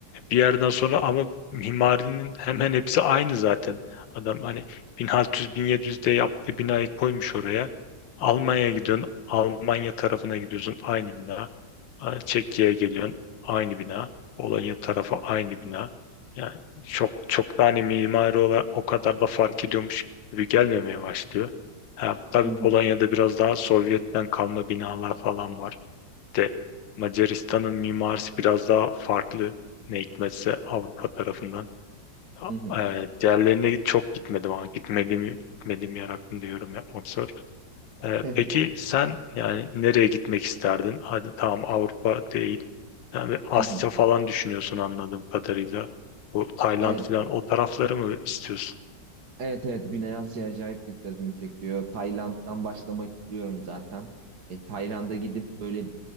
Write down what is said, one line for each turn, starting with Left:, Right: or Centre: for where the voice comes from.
Left: Bir yerden sonra ama mimarinin hemen hepsi aynı zaten. Adam hani 1600-1700'de yaptığı binayı koymuş oraya. Almanya'ya gidiyorsun. Almanya tarafına gidiyorsun. Aynı bina. Ha, Çekya'ya geliyorsun. Aynı bina. Polonya tarafı aynı bina. Yani çok çok da hani mimari olarak o kadar da fark ediyormuş gibi gelmemeye başlıyor. Ha, tabii
Right: hı hı,
Left: Polonya'da biraz daha Sovyet'ten kalma binalar falan var de Macaristan'ın mimarisi biraz daha farklı ne hikmetse Avrupa tarafından.
Right: hı hı,
Left: e, diğerlerine çok gitmedim ama gitmediğimi gitmediğim yer hakkında yorum yapmak zor. E,
Right: <laughs>
Left: peki sen yani nereye gitmek isterdin? Hadi tamam Avrupa değil. Yani Asya
Right: hı hı.
Left: falan düşünüyorsun anladığım kadarıyla. Bu Tayland
Right: Evet,
Left: falan o tarafları mı istiyorsun?
Right: evet, evet. Güney Asya acayip dikkatimi çekiyor. Tayland'dan başlamak istiyorum zaten. Hani Tayland'a gidip böyle